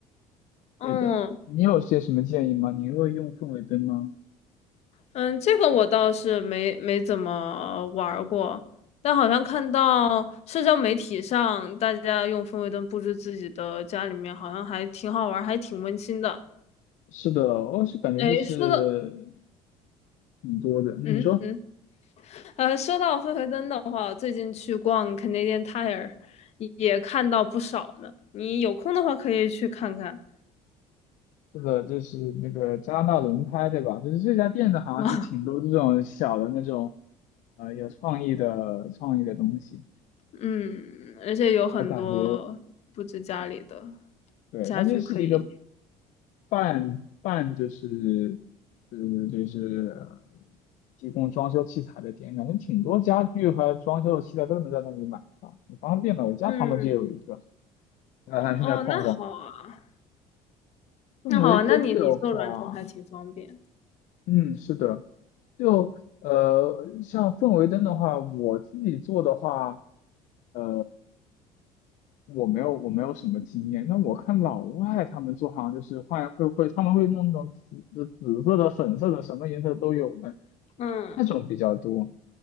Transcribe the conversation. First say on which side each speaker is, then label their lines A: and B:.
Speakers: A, on the left; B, on the left.
A: 嗯
B: 对的。你有些什么建议吗？你会用氛围灯吗？
A: 嗯，这个我倒是没没怎么玩儿过，但好像看到社交媒体上大家用氛围灯布置自己的家里面，好像还挺好玩儿，还挺温馨的。
B: 是的，我是感觉就是
A: 哎，说到
B: 挺多的。嗯你说，
A: 嗯嗯，呃，说到氛围灯的话，我最近去逛 Canadian Tire 也看到不少呢。你有空的话可以去看看。
B: 是的，就是那个加拿大轮胎，对吧？就是这家店的好像是挺多这种小的那种，
A: <laughs>
B: 呃，有创意的创意的东西。
A: 嗯，而且有很多布置家里的
B: 我感觉，对，
A: 家具可以。
B: 它就是一个半半就是，呃，就是呃提供装修器材的店，感觉挺多家具和装修的器材都能在那里买啊，挺方便的。我家旁边就有一个，
A: 嗯，
B: 然后还去那儿逛逛。
A: 哦，那好啊。
B: 氛围灯的话。
A: 那好啊，那你你做软装还挺方便，
B: 嗯，是的，就呃，像氛围灯的话，我自己做的话，呃，我没有我没有什么经验。那我看老外他们做，好像就是换会会他们会弄那种紫紫色的、粉色的，什么颜色都有的
A: 嗯，
B: 那种比较多。